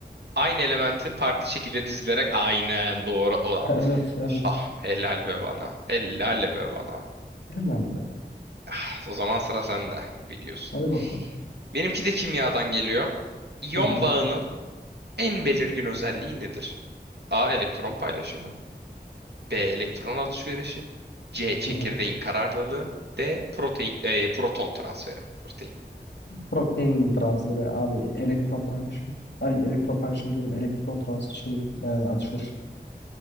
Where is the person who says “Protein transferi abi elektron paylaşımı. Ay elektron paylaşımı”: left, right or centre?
Left